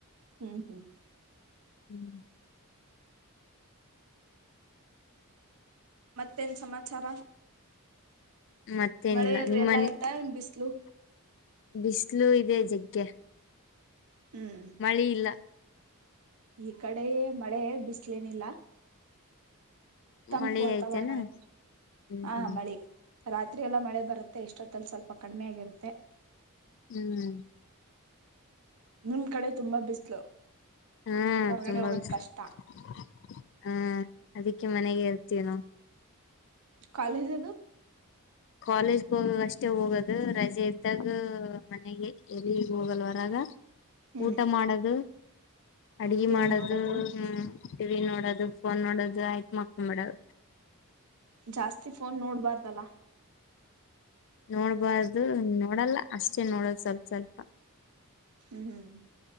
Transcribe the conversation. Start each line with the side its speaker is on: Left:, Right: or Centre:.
Right: ಹ್ಮುಹು.
Left: ಹ್ಮ.
Right: ಮತ್ತೇನ್ ಸಮಾಚಾರ
Left: ಮತ್ತೇನಿಲ್ಲ
Right: ಮಳೆ ಅದು
Left: ನಿಮ್ಮ
Right: ಎಲ್ಲಾ
Left: <unintelligible>
Right: ಆಯ್ತಾ ಏನ್ ಬಿಸ್ಲು
Left: ಬಿಸ್ಲು ಇದೆ ಜಗ್ ತೆ
Right: ಹ್ಮ್
Left: ಮಳಿ ಇಲ್ಲ
Right: ಈ ಕಡೆ ಮಳೆ ಬಿಸ್ಲೇನಿಲ್ಲ ತಂಪು
Left: ಮಳಿ
Right: ವಾತಾವರಣ
Left: ಐತಿ ಎನ <unintelligible>
Right: ಇತ್ತು
Left: ಹ್ಮ್
Right: ಹಾ
Left: ಹ್ಮ್
Right: ಮಳಿ ರಾತ್ರಿ ಎಲ್ಲ ಮಳೆ ಬರುತ್ತೆ ಎಷ್ಟೊತ್ತಲ್ಲಿ ಸ್ವಲ್ಪ ಕಡಿಮೆ ಆಗಿರುತ್ತೆ
Left: ಹ್ಮ್
Right: ನಿಮ್ ಕಡೆ ತುಂಬಾ ಬಿಸ್ಲು
Left: ಹ್ಮ್
Right: ಹೊರಗಡೆ
Left: ತುಂಬ
Right: ಹೋಗಕ್
Left: ಬಿಸ್ಲು
Right: ಕಷ್ಟ
Left: <unintelligible> ಹ್ಮ್ ಅದಿಕ್ಕೆ ಮನೆಗೆ ಇರ್ತವಿ ನಾವ್
Right: ಕಾಲೇಜದು
Left: ಕಾಲೇಜ್ಗೆ ಹೋಗಾಗ ಅಷ್ಟೇ ಹೋಗೋದು ರಜೆ ಇದ್ದಾಗ ಮನೆಗೆ ಎಲ್ಲಿಗ್ ಹೋಗಲ್ವರಗ
Right: ಹ್ಮ್
Left: ಊಟ ಮಾಡದು ಅಡಿಗೆ
Right: ಟಿವಿ
Left: ಮಾಡದು
Right: ನೋಡೋದು
Left: ಹ್ಮ ಟಿವಿ ನೋಡೋದು ಫೋನ್ ನೋಡೋದು ಆಯ್ತ್ ಮಕ್ಕೊಂಡಬಿಡದು.
Right: ಜಾಸ್ತಿ ಫೋನ್ ನೋಡ್ಬಾರ್ದಲ್ಲ <inaudible>
Left: ನೋಡ್ಬಾರ್ದು ನೋಡಲ್ಲ ಅಷ್ಟೇ ನೋಡೋದು ಸ್ವಲ್ಪ್ ಸ್ವಲ್ಪ.
Right: ಹ್ಮ್ ಹ್ಮ